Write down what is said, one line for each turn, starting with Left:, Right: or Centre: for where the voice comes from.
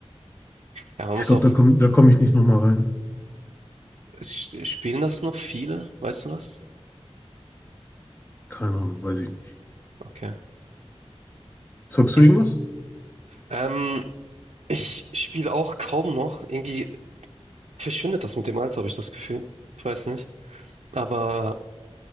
Right: Ja, man
Left: Ich
Right: muss
Left: glaube,
Right: auch
Left: da komme da komm ich nicht nochmal rein.
Right: S- Spielen das noch viele? Weißt du das?
Left: Keine Ahnung, weiß ich nicht.
Right: Okay.
Left: Zockst
Right: Ja.
Left: du irgendwas?
Right: Ähm, ich spiele auch kaum noch. Irgendwie verschwindet das mit dem Alter, habe ich das Gefühl. Ich weiß nicht. Aber